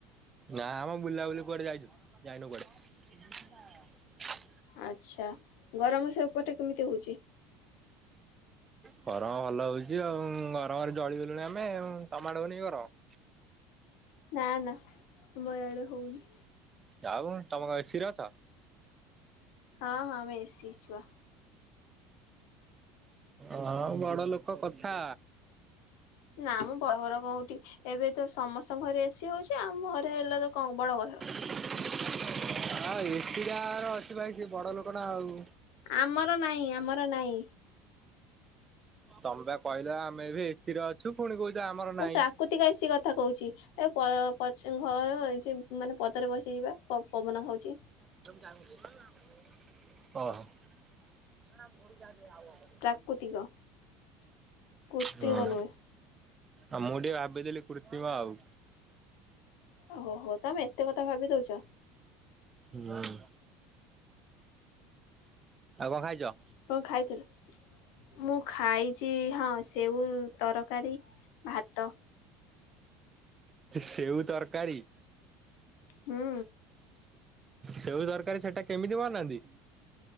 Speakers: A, on the right; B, on the left.
A: ନା ମ ବୁଲାବୁଲି କୁଆଡେ ଯାଇଛୁ ଯାଇନୁ କୁଆଡେ।
B: ଆଚ୍ଛା ଗରମ ସେପଟେ କେମିତି ହଉଛି?
A: ଗରମ ଭଲ ହଉଛି ଆଉ ଗରମରେ ଜଳିଗଲୁଣି ଆମେ ଆଉ। ତମ ଆଡେ ହଉନି କି ଗରମ?
B: ନା ନା ଆମ ଆଡ଼େ ହଉନି।
A: ଆଉ ତମ କଣ ଏସି ରେ ଅଛ।
B: ହଁ ହଁ। ଆମେ ଏସି ଛୁଆ।
A: ହଁ ବଡ଼ଲୋକ କଥା।
B: ନା ମ ବଡ ଘର କୋଉଠି ଏବେ ତ ସମସ୍ତଙ୍କ ଘରେ ଏସି ହଉଛି ଆମ ଘରେ ହେଲା ତ କଣ ବଡ କଥା।
A: ଆଉ ଏସି ଯାହାର ଅଛି ଭାଇ ସିଏ ବଡ ଲୋକ ନା ଆଉ।
B: ଆମର ନାହିଁ ଆମର ଆ ନାହିଁ।
A: ତମେ ପା କହିଲ ଆମେ ଏବେ ଏ ସି ଅଛୁ ପୁଣି କହୁଚ ଆମର
B: ମୁଁ
A: ନାହିଁ।
B: ପ୍ରାକୃତିକ ଏ ସି କଥା କହୁଚି। ଏଇ ପ ଅ ପଚ୍ ଘର ହେଇଚି ମାନେ ପଦାରେ ବସିଚି ବା ପବନ ଖାଉଚି।
A: ଓହୋ।
B: ପ୍ରାକୃତିକ କୃତ୍ରିମ
A: ହଁ
B: ନୁହେଁ।
A: ଆଉ ମୁଁ ଟିକେ ଭାବିଥିଲି କୃତ୍ରିମ ଆଉ।
B: ଓହୋ ହୋ ତମେ ଏତେ କଥା ଭାବି ଦଉଚ?
A: ନୁ ଆଉ କଣ ଖାଇଚ?
B: କଣ ଖାଇଥିଲୁ। ମୁଁ ଖାଇଚି ହଁ ସେଉ ତରକାରୀ। ଭାତ।
A: ସେଉ ତରକାରୀ?
B: ହୁଁ।
A: ସେଉ ଦରକାର ସେଟା କେମିତି ବନାନ୍ତି?